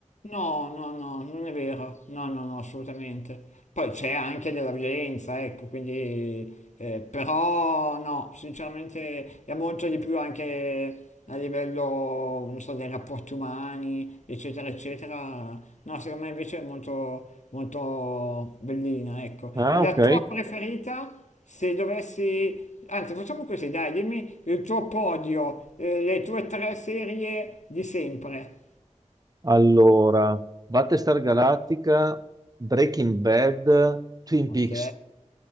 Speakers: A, on the left; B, on the right.
A: no, no, no, non è vero, no, no, no, assolutamente. Poi c'è anche della violenza, ecco, quindi, eh, però no, sinceramente è molto di più anche a livello, non so, dei rapporti umani, eccetera, eccetera. No, secondo me invece è molto, molto bellina, ecco.
B: Ah,
A: E la
B: ok.
A: tua preferita, se dovessi, anzi, facciamo così, dai, dimmi il tuo podio, eh, le tue tre serie di sempre.
B: Allora, Battlestar Galactica, Breaking Bad, Twin
A: Ok.
B: Peaks.